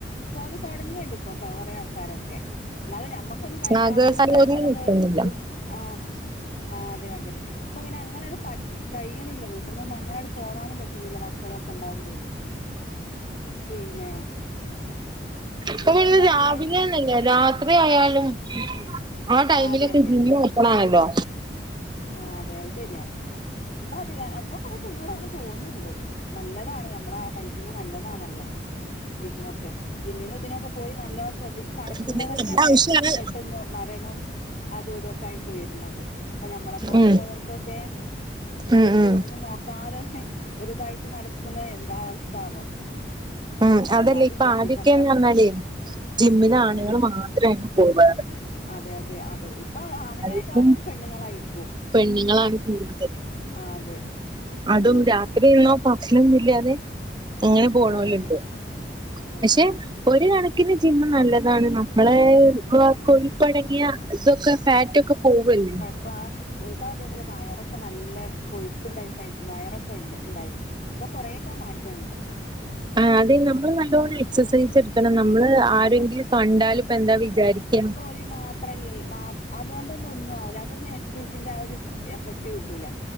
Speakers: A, on the left; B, on the right.
A: പോവല് തൊടങ്ങ്ണ്ട്പ്പൊ കൊറേ ആൾക്കാരൊക്കെ എന്നാലും ഞമ്മക്കൊന്നും പ്പയി
B: ആഹ്
A: രാവിലെത്തന്നെ
B: ഗേൾസ് അതിനൊരുങ്ങി
A: അങ്ങനൊന്ന്
B: നിക്കുന്നില്ല
A: ആഹ് ആഹ് അതെ അതെ ഇപ്പൊ പിന്നങ്ങനാണ്ട് പ കയ്യ്ണില്ല വീട്ട്ന്നൊന്നും അങ്ങനാട് പോവാനും പറ്റുന്നില്ല മക്കളൊക്കെണ്ടാവുമ്പെയ് പിന്നെ
B: ഇപ്പൊ
A: പിന്നെന്താ
B: പിന്നെ രാവിലേന്നില്ല്യ
A: പരിപാടി
B: രാത്രിആയാലും ആ ടൈമിലൊക്കെ
A: അതെ അതെ
B: ജിമ്മ് ഓപ്പണാണല്ലോ
A: ആ അതെ അത് ശെരിയാണ് ഇപ്പതിക ഇപ്പൊ കൊറേ പെണ്ണുങ്ങള് അങ്ങനെ പോകുന്നുണ്ട് നല്ലതാണ് നമ്മള ഹെൽത്തിന് നല്ലതാണല്ലോ ജിമ്മൊക്കെ ജിമ്മിനും ഇതിനൊക്കെ പോയി നല്ലോ ശ്രദ്ധി ച്ച് നടക്കുന്നവർക്കന്നെ
B: പിന്നെ നല്ല ആവശ്യാണ്
A: പെട്ടെന്ന് മരണും അതുതൊക്കായിട്ട് വര്ന്ന്ണ്ട് ഞമ്മളെ പോലെള്ളവർക്കൊക്കെ
B: ഉം
A: ഹെൽത്ത്
B: ഉം ഉം
A: ഒന്നും നോക്കാതെ തന്നെ ഒരുതായിട്ട് നടക്കുന്ന എന്താ അവസ്ഥാവോ
B: ഉം അതല്ല
A: നന്നായിട്ട്
B: ഇപ്പാദ്യൊക്കേന്ന്
A: ശ്രദ്ധിക്കണം
B: പർഞ്ഞാല് ജിമ്മിലാണുങ്ങള്
A: ആ
B: മാത്രേയ്നു പോവാറ്
A: അതെ അതെ അതെ ഇപ്പൊ ആണിനേക്കാളും
B: ഇപ്പം
A: പെണ്ണുങ്ങളായിരിക്കും
B: പെണ്ണുങ്ങളാണ് കൂടുതൽ
A: ആഹ് അതെ
B: അതും
A: പിന്നെ
B: രാത്രീന്നോ ഭക്ഷണൊന്നില്ലാതെ ഇങ്ങനെ പോണോല്ണ്ട്
A: ആ അതെ അതെ സത്യം
B: പക്ഷെ ഒര് കണ ക്കിന് ജിമ്മ് നല്ലതാണ് നമ്മളെ ഇപ്പൊ കൊഴിപ്പടങ്ങിയ ഇതൊക്കെ ഫാറ്റൊക്കെ പോവല്ലോ
A: പ്പ എനിക്കതേപോലെ വയറൊക്കെ നല്ല കൊഴുപ്പ്ണ്ടായിട്ടായിരിക്കും വയറൊക്കെണ്ട് ഇണ്ടായിര്ന്നു ഇപ്പൊ കൊറേക്ക മാറ്റണ്ട്
B: ആഹ് അത് നമ്മള് നല്ലോണം എക്സസൈസെട്ക്കണം നമ്മള് അത് ആരെങ്കിലും
A: അതെ
B: കണ്ടാല്‌പ്പെന്താ വിചാരിക്ക
A: ലി മാത്രല്ലല്ലോ മാ അതോണ്ടൊന്നും ഒന്നു ആവൂല അതൊന്നും എക്സൈസിന്റെ ആ ഒര് എഫക്റ്റ് കിട്ടൂല